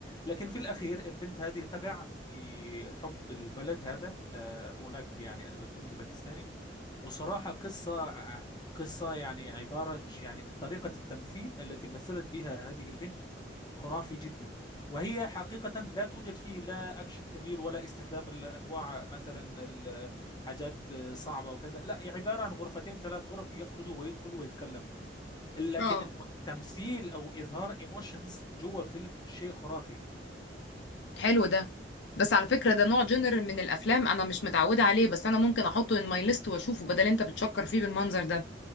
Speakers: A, on the left (about 25°); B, on the left (about 85°).
A: لكن في الأخير البنت هذه تقع في حب الولد هذا آه، هناك يعني المسجون الباكستاني وصراحة قصة قصة يعني عبارة يعني طريقة التمثيل التي مثلت بها هذه البنت خرافي جدا وهي حقيقة لا توجد فيه لا أكشن كبير ولا استخدام الأنواع مثلا الحاجات صعبة وكذا لا عبارة عن غرفتين ثلاث غرف يخرجوا ويدخلوا ويتكلموا لكن
B: اه
A: التمثيل او اظهار ايموشنز جوه الفيلم شيء خرافي
B: حلو ده بس على فكرة ده نوع جنر من الافلام انا مش متعودة عليه بس انا ممكن احطه ان ماي ليست واشوفه بدل انت بتشكر فيه بالمنظر ده